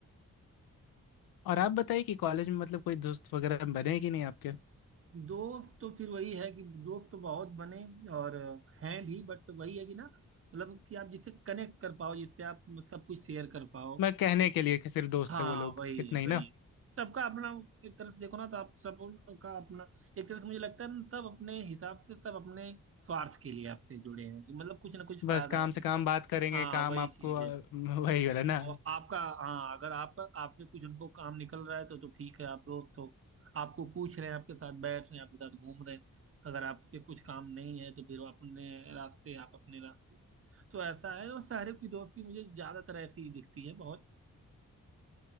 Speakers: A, on the left; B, on the right.
A: और आप बताइए कि कॉलेज में मतलब कोई दोस्त वगैरह बने हैं कि नहीं आपके
B: दोस्त तो फिर वही है कि दोस्त तो बहुत बने और हैं भी बट वही है कि ना मतलब कि आप जिससे कनेक्ट कर पाओ जिससे आप सब कुछ शेयर कर पाओ
A: मैं कहने के लिए कि सिर्फ दोस्त
B: हाँ
A: है वो लोग
B: वही
A: इतना
B: है वही
A: ही ना
B: है सबका अपना एक तरह से देखो ना तो आप सब का अपना एक तरह से मुझे लगता है ना, सब अपने हिसाब से सब अपने स्वार्थ के लिए आपसे जुड़े हैं कि मतलब कुछ ना कुछ फायदा
A: बस काम
B: उनका
A: से काम बात करेंगे
B: हाँ
A: काम
B: वही
A: आपको
B: चीज
A: अ,
B: है
A: वही वाला ना
B: और आपका हाँ अगर आपका आपसे कुछ उनको काम निकल रहा है तो तो ठीक है आप दोस्त हो आपको पूछ रहे हैं आपके साथ बैठ रहे हैं आपके साथ घूम रहे हैं अगर आपसे कुछ काम नहीं है तो फिर वो अपने रास्ते आप अपने रास्ते तो ऐसा है और शहर की दोस्ती मुझे ज्यादातर ऐसी ही दिखती है बहुत